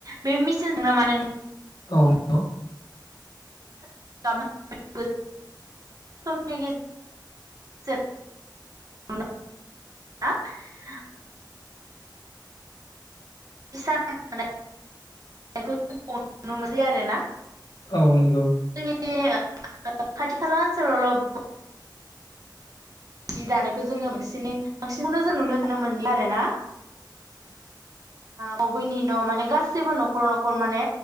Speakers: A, on the right; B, on the left.
A: बे मेसिन नङा मानो
B: औ नंगौ
A: <unintelligible> गेजेरावनो <unintelligible> <unintelligible> नुनो मोनसै आरो ना
B: औ नंगौ
A: बे ओ खाथि खाला ओनसोलावल' जि दानायखौ जोङो बांसिनै बांसिनानो जों नुनो थांनो मोनलिया आरो ना बबेनि न' माने गासैबो न'खर न'खर माने